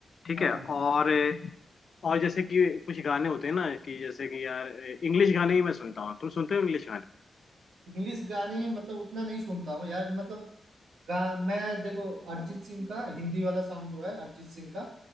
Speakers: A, on the left; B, on the right.
A: ठीक
B: हाँ
A: है और
B: हाँ
A: और जैसे कि कुछ गाने होते हैं ना कि जैसे कि यार इंग्लिश गाने ही मैं सुनता हूँ तुम सुनते हो इंग्लिश गाने
B: इंग्लिश गाने मतलब उतना नहीं सुनता हूँ यार मतलब गा मैं देखो अरिजीत सिंह का हिंदी वाला सॉन्ग जो है अरिजीत सिंह का